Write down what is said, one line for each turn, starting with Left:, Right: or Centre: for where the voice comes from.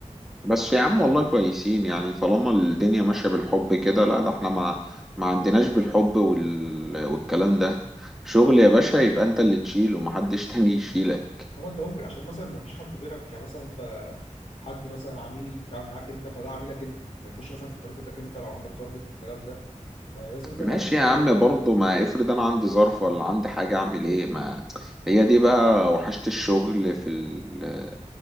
Centre: بس يا عم والله كويسين يعني طالما الدنيا ماشية بالحب كده لا ده احنا ما ما عندناش بالحب وال... والكلام ده شغل يا باشا يبقى انت اللي تشيله ومحدش <laughs> تاني يشيلك
Left: طب انت ممكن عشان مثلا ما فيش حد غيرك يعني مثلا انت حد مثلا عميل بيتعامل معاك انت فده عميلك انت هيخش مثلا في تارجتك انت لو عندك تارجت والكلام ده فلازم انت
Centre: ماشي
Left: اللي هتشيله
Centre: يا عم برضه ما افرض انا عندي ظرف ولا عندي حاجة اعمل ايه ما هي دي بقى وحشة الشغل في ال...